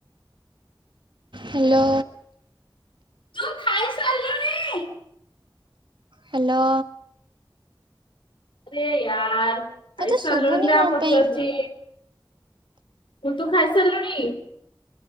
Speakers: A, on the right; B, on the left.
A: ହ୍ୟାଲୋ।
B: ତୁ ଖାଇସାରିଲୁଣି?
A: ହ୍ୟାଲୋ।
B: ଆରେ ୟାର୍
A: ମତେ
B: ଖାଇ ସାରିଲୁଣି
A: ଶୁଭୁନି
B: ନା
A: କଣ
B: ପଚାରୁଛି।
A: ପାଇଁ?
B: ତୁ ଖାଇସଲୁଣି?